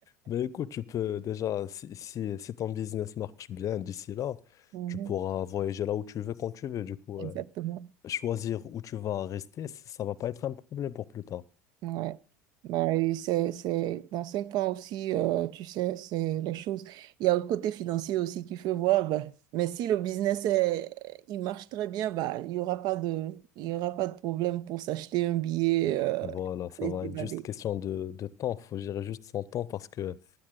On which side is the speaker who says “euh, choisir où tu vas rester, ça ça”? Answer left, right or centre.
Left